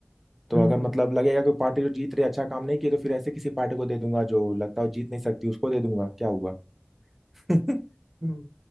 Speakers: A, in the centre; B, on the right.
A: तो
B: हम्म
A: अगर
B: हम्म,
A: मतलब लगेगा कि पार्टी जो जीत रही है अच्छा काम नहीं किया तो फिर ऐसे किसी पार्टी को दे दूंगा जो लगता है जीत नहीं सकती उसको दे दूंगा क्या हुआ <laughs>
B: हम्म।